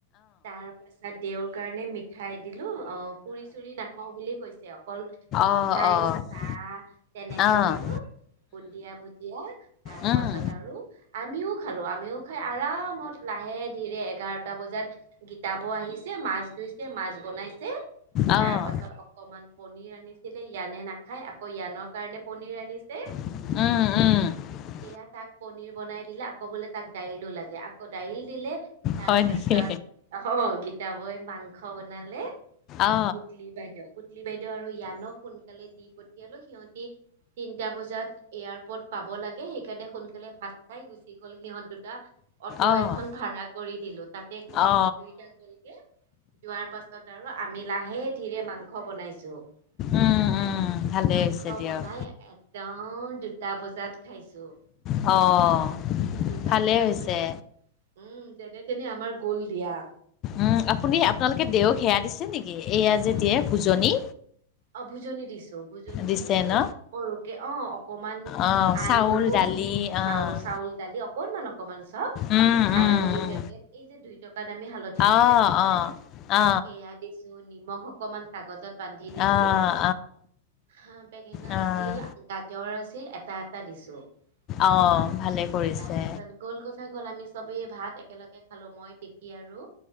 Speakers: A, on the right; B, on the left.
A: তাৰ পাছত দেউৰ কাৰণে মিঠাই অহ, পুৰি -চুৰি নাখাওঁ বুলি কৈছে অকল মিঠাই,
B: অ'
A: চাহ তেনেকে
B: অ' অ'
A: দিলো বুন্দিয়া, ভুজীয়া তাৰ
B: উম উম
A: পাছত আৰু আমিও খালো আমিও খাই আৰাম লাহে ধীৰে এঘাৰটা বজাত গীতাবৌ আহিছে মাছ ধুইছে, মাছ বনাইছে
B: অ'
A: তাৰ পাছত অকমান পনীৰ আনিছিলে ইয়ানে নাখায় আকৌ ইয়ানৰ কাৰণে পনীৰ আনিছে
B: আ', - আ',
A: এয়া তাক পনীৰ বনাই দিলে আকৌ বোলে তাক দাইলো লাগে আকৌ দাইল দিলে তাৰ
B: হয়
A: পাছত
B: নেকি
A: অহ- হ গীতা বৌয়ে মাংস বনালে অহ,
B: অ'
A: পুতলি বাইদেউ পুতলি বাইদেউ আৰু য়ানক সোনকালে দি পঠিয়ালোঁ সিহতি তিনটা বজাত এয়ৰপৰ্ত পাব লাগে সেইকাৰণে সোনকালে ভাত খাই গুচি গ'ল সিহঁত দুটা অটো
B: অ' অ'
A: এখন ভাড়া কৰি দিলো তাতে গৈ
B: অ'
A: দুইটা গ'ল গে যোৱাৰ পাছত আৰু আমি লাহে ধীৰে মাংস বনাইছো
B: উম
A: <inaudible>
B: উম ভালেই
A: মাংস
B: হৈছে দিয়ক
A: বনাই একদম অ' দুটা বজাত খাইছো।
B: অ',
A: দুটা
B: ভালেই
A: বজাত
B: হৈছে
A: খালো উম যেনে -তেনে আমাৰ গোল দিয়া।
B: উম, আপুনি আপোনালোকে দেওক সেয়া দিছে নেকি এয়া যে দিয়ে ভোজনী?
A: অহ, ভোজনী দিছো ভোজনী
B: দিছে
A: মানে এই
B: ন?
A: সৰুকে অহ অকমান
B: অ'
A: আলু,
B: চাউল, দালি
A: চা
B: অ'।
A: -চাউল -দালি অক অকনমান- অকমান চব
B: উম,
A: হালধিৰ
B: উম, উম।
A: পেকেট এই যে দুই দুইতকা দামি হালধি
B: অ',
A: পেকট পাই
B: অ', অ',
A: সেয়া দিছো নিমখ অকমান কাগজত বান দিছো
B: অ',
A: হা বেঙেনা
B: অ', অ'।
A: আছিল গাজৰ আছিল এটা -এটা দিছো। <inaudible>
B: অ' ভালে কৰিছে।
A: তাৰপাছত গ'ল কথা গ'ল আমি চবেই ভাত একেলগে খালোঁ মই, তিকি আৰু